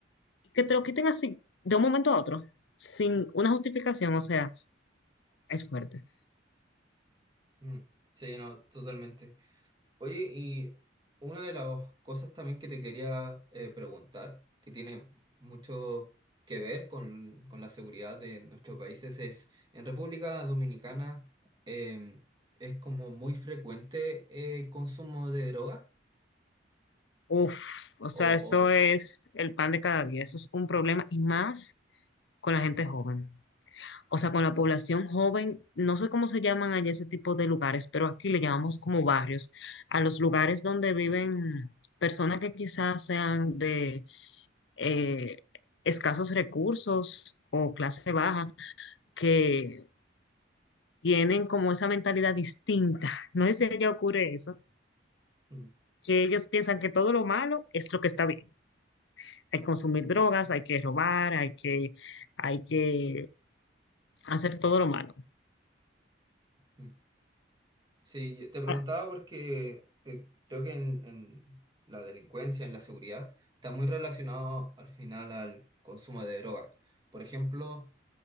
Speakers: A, on the left (about 75°); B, on the right (about 25°).
A: Que te lo quiten así, de un momento a otro, sin una justificación, o sea, es fuerte.
B: mm. Sí, no, totalmente. Oye, y una de las cosas también que te quería eh, preguntar, que tiene mucho que ver con, con la seguridad de nuestros países, es, en República Dominicana eh, es como muy frecuente eh, el consumo de droga,
A: Uf, o sea,
B: o,
A: eso es el pan de cada día, eso es un problema y más. con la gente joven. O sea, con la población joven, no sé cómo se llaman allá ese tipo de lugares, pero aquí le llamamos como barrios, a los lugares donde viven personas que quizás sean de eh, escasos recursos o clase baja, que tienen como esa mentalidad distinta. <laughs> No sé si allá ocurre eso,
B: o- mm,
A: que ellos piensan que todo lo malo es lo que está bien. Hay que consumir drogas,
B: sí,
A: hay que robar, hay que, hay que hacer todo lo malo.
B: mm. Sí, yo te preguntaba
A: Ah,
B: porque eh, creo que en, en la delincuencia, en la seguridad, está muy relacionado al final al consumo de drogas. Por ejemplo,